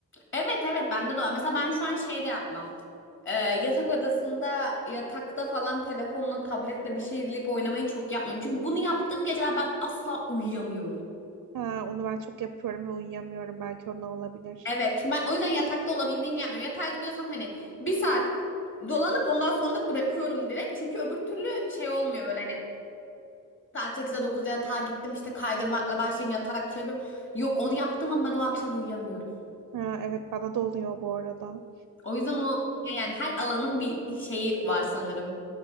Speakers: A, on the left (about 35°); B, on the right (about 75°).
A: Evet evet bende de var. Mesela ben şu an şey de yapmam. Ee, yatak odasında yatakta falan telefonla tabletle bir şey izleyip oynamayı çok yapmıyorum. Çünkü bunu yaptığım geceler ben asla uyuyamıyorum.
B: Ha, onu ben çok yapıyorum ve uyuyamıyorum belki ondan olabilir.
A: Evet çünkü ben o yüzden yatakta olabildiğince yapmıyorum. Yatağa gidiyorsam hani bir saat dolanıp ondan sonra da bırakıyorum direkt. Çünkü öbür türlü şey olmuyor böyle hani saat 8'e dokuzda yatağa gittim işte kaydırmakla başlayayım yatarak şey yapıyorum. Yok onu yaptığım an ben o akşam uyuyamıyorum.
B: Ha, evet bana da oluyor bu arada.
A: O yüzden o şey yani her alanın bir şeyi var sanırım.